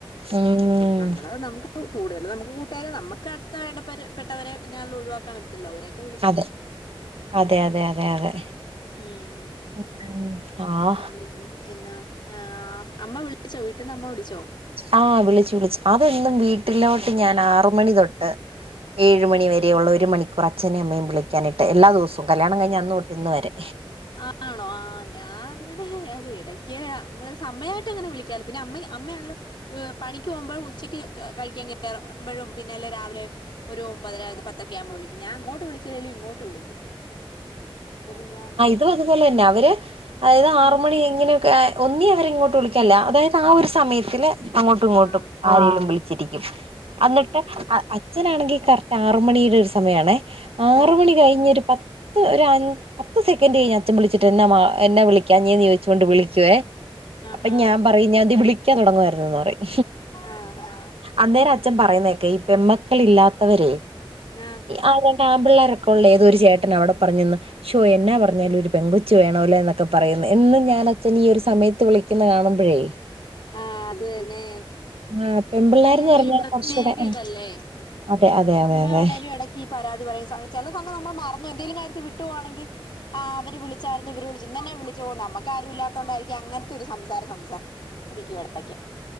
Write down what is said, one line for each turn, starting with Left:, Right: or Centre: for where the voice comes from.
Right: ഉം
Left: നമ്മള് നമുക്ക് കൂടുതല് നമുക്ക് കൂട്ടുകാരും നമുക്കടുത്ത ഇടപ്പെട്ടവരെന്നെള ഒഴിവാക്കാൻ പറ്റത്തില്ലോ അവരക്കെ
Right: അതെ അതെ അതെ അതെ അതെ
Left: ഉം
Right: ഉം ആഹ്
Left: പിൻ എന്നാ ആ അമ്മ വിളിച്ചോ വീട്ടിൽന്ന്മ്മ വിളിച്ചോ
Right: ആഹ് വിളിച്ചു വിളിച്ചു അതും വീട്ടിലോട്ട് ഞാൻ ആറ് മണി തൊട്ട് ഏഴ് മണി വരെയുള്ള ഒരു മണിക്കൂർ അച്ഛനെ അമ്മയും വിളിക്കാനിട്ട് എല്ലാ ദിവസവും കല്യാണം കഴിഞ്ഞ് അന്ന് തൊട്ട് ഇന്ന് വരെ
Left: ആണോ ആഹ് ഞാൻ അങ്ങനെ അതേ ഇടയ്ക്ക് സമയമായിട്ട് അങ്ങനെ വിളിക്കാലോ പിന്നെ അമ്മ അമ്മയാണല്ലോ പണിക്ക് പോകുമ്പോഴ് ഉച്ചയ്ക്ക് കഴിക്കാൻ കയറുമ്പോഴും പിന്നെ അല്ലേ രാവിലെ ഒരു ഒമ്പതരത്പത്തൊക്കെകുമ്പോ വിളിക്കു ഞാ അങ്ങോട്ട് വിളി ചിലും ഇങ്ങോട്ട് വിളിക്കും അതില് ഞാൻ
Right: അത് അതുപോലെ തന്നെ അവര് അതായത് ആറ
Left: ആഹ്
Right: മണി എങ്ങനെക്കെ ഒന്നി അവരെ ഇങ്ങോട്ട് വിളിക്കില്ല അതായത് ആ ഒരു സമയത്തില് അങ്ങോട്ടും ഇങ്ങോട്ടും
Left: ആഹ്
Right: ആരെലും വിളിച്ചിരിക്കും
Left: ആഹ്
Right: ന്നിട്ട്
Left: അങ്ങനെ
Right: അച്ഛനാണെങ്കിൽ കറക്റ്റ് ആറ് മണിയുടെ ഒരു സമയാണേ ആറ്
Left: ആഹ്
Right: മണി കഴിഞ്ഞൊരു പത്ത് ഒരു പത്ത് സെക്കൻഡ് കഴിഞ്ഞ് അച്ഛൻ വിളിച്ചിട്ട് എന്താ എന്നെ വിളിക്കാഞീന്ന് ചോദിചോണ്ട് വിളിക്കുവേ
Left: ആഹാ
Right: അപ്പൊ ഞാൻ പറയും ഞാൻ ദേ വിളിക്കാൻ തുടങ്ങുവായിരുന്ന്ന്ന് പറയും
Left: ആഹ് ആഹ്
Right: അന്നേരം അച്ഛൻ പറയുന്നേക്കെ ഈ പെൺ മക്കളിഇല്ലാത്തവര്
Left: ആഹ്
Right: ആ രണ്ട് ആൺ പിള്ളേരൊക്ക ഉള്ള ഏതൊരു ചേട്ടന അവിടെ പറഞ്ഞന്ന് ഷോ എന്നാ പറഞ്ഞാലും ഒരു പെങ്കച്ചു വേണോല്ല എന്നൊക്കെ പറയുന്നു എന്ന് ഞാൻ അച്ഛൻ ഈ ഒരു സമയത്ത് വിളി ക്കുന്ന കാണുമ്പഴേ
Left: ആഹ് അത് തന്നെ
Right: ആ പെമ്പിള്ളേർന്ന്
Left: അത് അല്ലേലും
Right: പറഞ്ഞാൽ
Left: ഒരു പ്രത്യേക
Right: കുറച്ചൂടെ
Left: ഇതല്ലേ
Right: അതെ അതെ അതെ
Left: അമ്മ
Right: അതെ
Left: ആണേലും ഇട ഈ പരാതി പറയുന്ന സയ ചില സമയം നമ്മൾ മറന്നു എന്തെങ്കും കാര്ത്തിൽ വിട്ടുവാണെങ്കിൽ് അവര് വിളിച്ചായിരുന്നു ഇവരോട് ജിന്നെ വിളിച്ചു നമുക്ക ആരും ഇല്ലത്ത കൊണ്ടായിരിക്ക അങ്ങനത്തെ ഒരു സംസാരം സംസാരം ഇരിക്ക എടക്